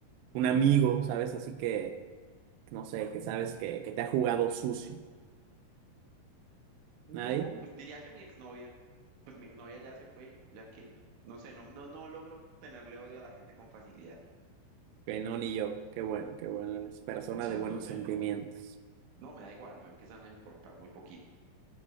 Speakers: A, on the right (about 85°); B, on the right (about 70°).
A: un amigo, ¿sabes? Así que, no sé, que sabes que, que te ha jugado sucio.
B: No,
A: ¿Nadie?
B: pues diría que mi exnovia. Pues mi exnovia ya se fue, ya que, no sé, no, no, no logro tenerle odio a la gente con facilidad.
A: Que no, ni yo. Qué bueno, qué bueno, eres persona
B: O sea,
A: de buenos
B: no sé,
A: sentimientos.
B: no. No, me da igual, me empiezan a importar muy poquito.